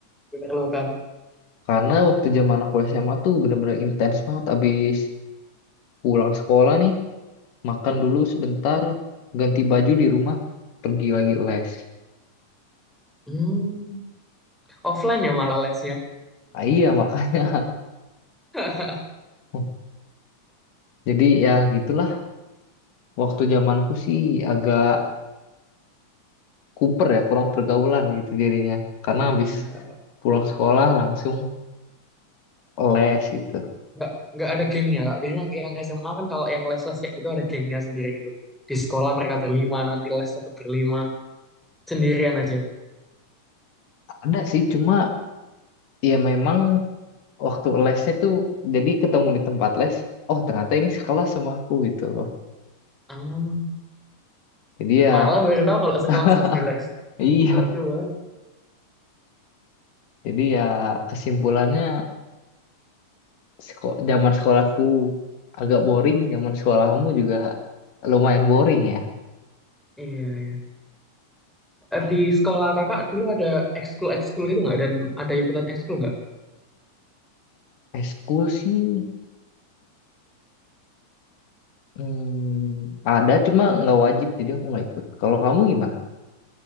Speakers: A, in the centre; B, on the left.
A: diperlukan.
B: <laughs> karena waktu zaman aku SMA tuh bener-bener intens banget abis pulang sekolah nih makan dulu sebentar ganti baju di rumah pergi lagi les
A: Hmm, offline ya malah lesnya.
B: ah, iya makanya
A: <laughs>
B: <laughs> jadi ya gitulah waktu zamanku sih agak kuper ya kurang pergaulan gitu jadinya karena habis
A: Iya,
B: pulang sekolah langsung les gitu
A: nggak nggak ada gengnya kak. Biasanya yang SMA kan kalau yang les-les kayak gitu ada gengnya sendiri gitu. Di sekolah mereka berlima, nanti les tetap berlima, sendirian aja.
B: ada sih cuma ya memang waktu lesnya tuh jadi ketemu di tempat les oh ternyata ini sekelas sama aku gitu
A: Ah,
B: <laughs> jadi ya
A: malah baru tahu kalau sekelas
B: <laughs>
A: masih di les.
B: iya
A: Lucu banget.
B: jadi ya kesimpulannya seko zaman sekolahku agak boring zaman sekolahmu juga lumayan boring ya
A: Iya, iya. Eh, Di sekolah kakak dulu ada ekskul-ekskul gitu nggak? Dan ada ikutan ekskul nggak?
B: eskul sih hmm, ada cuma nggak wajib jadi aku nggak ikut kalau kamu gimana